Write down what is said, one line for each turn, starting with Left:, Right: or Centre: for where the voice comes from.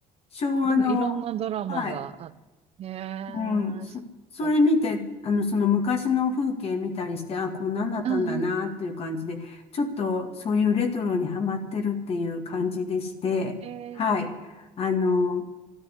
Left: 昭和のはい
Right: でもいろんなドラマがあって。へ
Left: うん、そ、
Right: え、そっか。
Left: それ見て、あの、その昔の風景見たりして、あ、こんなんだったんだなっていう感じで、
Right: うんうん。
Left: ちょっとそういうレトロにハマってるっていう感じでして、
Right: えー、
Left: はい。あの、